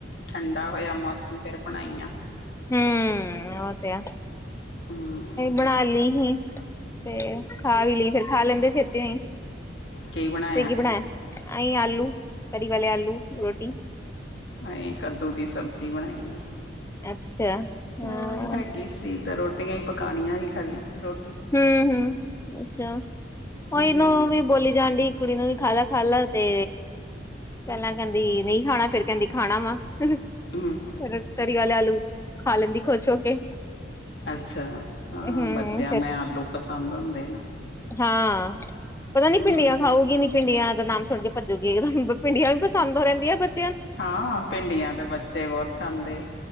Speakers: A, on the left (about 70°); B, on the left (about 15°).
A: ਠੰਡਾ ਹੋਯਾ ਮੌਸਮ ਫੇਰ ਬਣਾਈਆਂ।
B: ਹੂੰ ਓ ਤੇ ਐ।
A: ਹੂੰ।
B: ਬਣਾ ਲੀ ਹੀ ਤੇ ਖਾ ਵੀ ਲੀ ਫੇਰ ਖਾ ਲੈਂਦੇ ਛੇਤੀਓ‌ ਈ।
A: ਕੀ ਬਣਾਇਆ
B: ਤੇ ਕੀ ਬਣਾਯਾ ਅਹੀ ਆਲੂ ਤਰੀ ਵਾਲੇ ਆਲੂ ਰੋਟੀ।
A: ਅਹੀ ਕੱਦੂ ਦੀ ਸਬਜ਼ੀ ਬਣਾਈ।
B: ਅੱਛਾ ਹਾਂ
A: ਓਈ ਹੈਗੀ ਸੀ, ਤੇ ਰੋਟੀਆਂ ਈ ਪਕਾਨੀਆਂ ਨੀ ਖਾਲੀ ਰੋ
B: ਹੂੰ-ਹੂੰ ਅੱਛਾ ਓਈ
A: ਹੂੰ
B: ਨੂੰ ਓਵੀ ਬੋਲੀ ਜਾਂਡੀ ਕੁੜੀ ਨੂੰ ਵੀ ਖਾਲਾ-ਖਾਲਾ ਤੇ ਪੈਲਾਂ ਕੈਂਦੀ ਨਈ ਖਾਣਾ ਫੇਰ ਕੈਂਦੀ ਖਾਣਾ ਵਾ। ਫੇਰ
A: ਹੂੰ
B: ਤਰੀ ਆਲੇ ਆਲੂ ਖਾ ਲੈਂਦੀ ਖੋਸ਼ ਹੋ ਕੇ
A: ਅੱਛਾ ਹਾਂ
B: ਹੂੰ
A: ਬੱਚਿਆਂ
B: ਫਿਰ
A: ਨੇ ਆਲੂ ਪਸੰਦ ਹੁੰਦੇ ਨੇ।
B: ਹਾਂ, ਪਤਾ ਨੀ
A: ਹੂੰ
B: ਪਿੰਡੀਆਂ ਖਾਊਗੀ ਨੀ ਪਿੰਡੀਆਂ ਦਾ ਨਾਮ ਸੁਣ ਕੇ ਪਜੂਗੀ, ਪਿੰਡੀਆਂ ਵੀ ਪਸੰਦ ਓ ਰਹਿੰਦੀਆਂ ਬਟ
A: ਹਾਂ ਪਿੰਡੀਆਂ ਤੇ ਬੱਚੇ ਬੋਹਤ ਖਾਂਦੇ।